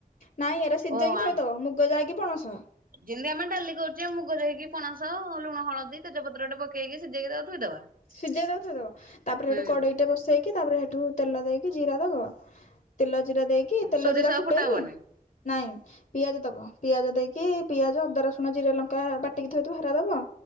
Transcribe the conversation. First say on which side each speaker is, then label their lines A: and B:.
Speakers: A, on the left; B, on the right.
A: ନାଇଁ ଏରା ସିଝାଇକି
B: ଓ
A: ଥୋଇଥବ
B: ଆ
A: ମୁଗ ଯାଇକି ପଣସ।
B: ଯେମିତି ଆମେ ଡାଲି କରୁଛେ ମୁଗ ଯାଇକି ପଣସ ଲୁଣ ହଳଦୀ <unintelligible> ଟେ ପକେଇ ଶିଝେଇକି ତାକୁ ଥୋଇଦବା।
A: ସିଝେଇ ତାକୁ ଥୋଇଦବ ତାପରେ
B: ହୁଁ
A: ସେଠୁ କଡେଇଟେ ବସେଇକି ତାପରେ ସେଠୁ ତେଲ ଦେଇକି ଜିରା ଦବ। ତେଲ ଜିରା ଦେଇକି ତେଲ
B: ସୋରିଷ
A: ଜିରା
B: ଆଉ
A: ଫୁଟେଇକି
B: ଫୁଟା ହବନି।
A: ନାଇଁ। ପିଆଜ ଦବ ପିଆଜ ଦେଇକି ପିଆଜ ଅଦା ରସୁଣ ଜିରା ଲଙ୍କା ବାଟିକି ଥୋଇଥିବ ହେରା ଦବ।